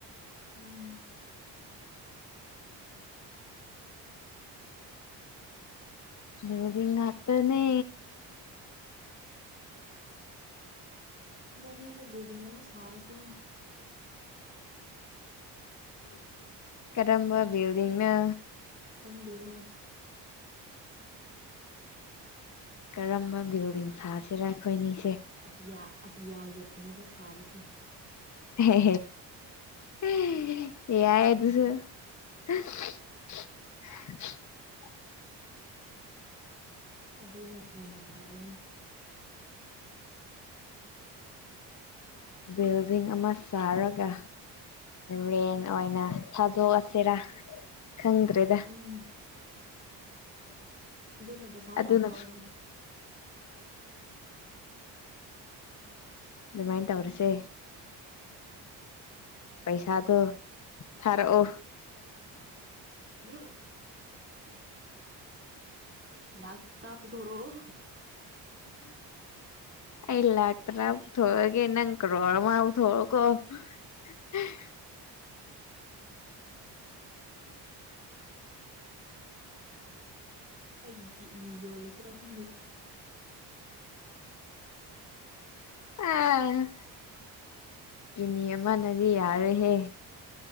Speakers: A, on the right; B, on the left.
A: ꯎꯝ
B: ꯕꯤꯜꯗꯤꯡ ꯉꯥꯛꯇꯅꯦ
A: ꯏꯕꯅꯤꯁꯨ ꯕꯤꯜꯗꯤꯡ ꯑꯃ ꯁꯥꯔꯁꯤꯔꯣ
B: ꯀꯔꯝꯕ ꯕꯤꯜꯗꯤꯡꯅꯣ
A: ꯈꯪꯗꯦꯅꯦ
B: ꯀꯔꯝꯕ ꯕꯤꯜꯗꯥꯡ ꯁꯥꯁꯤꯔ ꯑꯈꯣꯏꯅꯤ
A: ꯑꯇꯤꯌꯥ ꯑꯇꯤꯌꯥ ꯌꯧꯅꯕ ꯁꯥꯔꯁꯦ
B: ꯍꯦ ꯍꯦ ꯌꯥꯏ ꯑꯗꯨꯁꯨ <unintelligible> <unintelligible>
A: ꯑꯗꯨꯅ ꯍꯦꯟꯅ ꯐꯔꯅꯤ
B: ꯕꯤꯜꯗꯤꯡ ꯑꯃ ꯁꯥꯔꯒ ꯔꯦꯟ ꯑꯣꯏꯅ ꯊꯥꯗꯣꯛꯑꯁꯤꯔꯥ ꯈꯪꯗ꯭ꯔꯦꯗ
A: ꯎꯝ ꯑꯗꯨꯅ ꯄꯩꯁꯥ
B: ꯑꯗꯨꯅ
A: ꯌꯥꯝ ꯊꯣꯛꯑꯅꯤ
B: ꯑꯗꯨꯃꯥꯏꯅ ꯇꯧꯔꯁꯦ ꯄꯩꯁꯥꯗꯣ ꯊꯥꯔꯛꯑꯣ
A: <unintelligible> <unintelligible> ꯂꯥꯛ ꯇ꯭ꯔꯥ ꯄꯨꯊꯣꯔꯛꯑꯣ
B: ꯑꯩ ꯂꯥꯛ ꯇꯔꯥ ꯄꯨꯊꯣ ꯑꯒꯦ ꯅꯪ ꯀ꯭ꯔꯣꯔ ꯑꯃ ꯄꯨꯊꯣꯛꯑꯣ ꯀꯣ <unintelligible> <unintelligible>
A: ꯑꯩꯒꯤ ꯀꯤꯠꯅꯤ ꯌꯣꯜꯂꯁꯤꯔ ꯈꯪꯗ
B: ꯑꯥ ꯀꯤꯠꯅꯤ ꯑꯃꯅꯗꯤ ꯌꯥꯔꯣꯏ ꯍꯦ